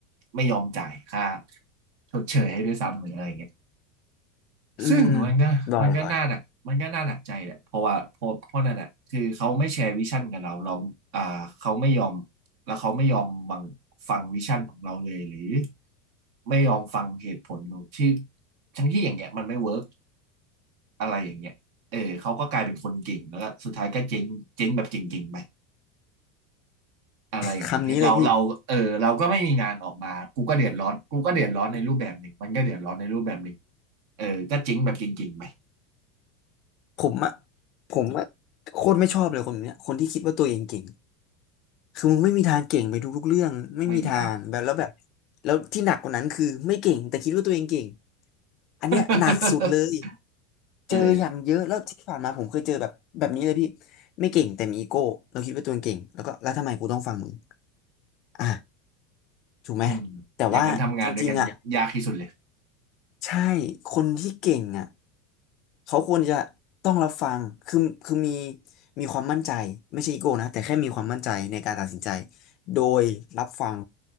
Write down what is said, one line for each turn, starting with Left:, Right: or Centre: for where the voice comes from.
Right: ไม่ยอมจ่ายค่าชดเชยให้ด้วยซ้ำหรืออะไรเงี้ย
Left: อืม
Right: ซึ่งมันก็มันก็น่าหนักมันก็น่าหนักใจแหละเพราะว่าเพราะเพราะนั่นแหละคือเขาไม่แชร์วิชั่นกับเราเราอ่าเขาไม่ยอม
Left: บ่อยบ่อย
Right: แล้วเขาไม่ยอมฟังฟังวิชั่นของเราเลยหรือไม่ยอมฟังเหตุผลของที่ทั้งที่อย่างเงี้ยมันไม่เวิร์ก อะไรอย่างเงี้ยเออเขาก็กลายเป็นคนเก่ง แล้วก็สุดท้ายก็เจ๊งเจ๊งแบบเก่งๆไปอะไรอย่างเงี้ยเราเราเออเราก็ไม่มีงานออกมา
Left: คำนี้เลยพี่
Right: กูก็เดือดร้อนกูก็เดือดร้อนในรูปแบบหนึ่งมันก็เดือดร้อนในรูปแบบหนึ่งเออก็เจ๊งแบบเก่งๆไป
Left: ผมอะผมอะโคตรไม่ชอบเลยคนแบบเนี้ยคนที่คิดว่าตัวเองเก่ง คือมึงไม่มีทางเก่งไปทุกๆเรื่องไม่มีทางแบบแล้วแบบ
Right: ไม่มีทาง
Left: แล้วที่หนักกว่านั้นคือไม่เก่งแต่คิดว่าตัวเองเก่งอันเนี้ยหนักสุดเลย
Right: <laughs> เออ
Left: เจออย่างเยอะแล้วที่ผ่านมาผมเคยเจอแบบแบบนี้เลยพี่ไม่เก่งแต่มีอีโก้เราคิดว่าตัวเองเก่งแล้วก็แล้วทำไมกูต้องฟังมึงอ่ะถูกไหม
Right: อืม
Left: แต่ว่าจริงๆอ่ะ
Right: อย่างนั้นทำงานด้วยกันยากที่สุดเลย
Left: ใช่คนที่เก่งอ่ะ เขาควรจะต้องรับฟังคือคือมีมีความมั่นใจไม่ใช่อีโก้นะ แต่แค่มีความมั่นใจในการตัดสินใจ โดยรับฟัง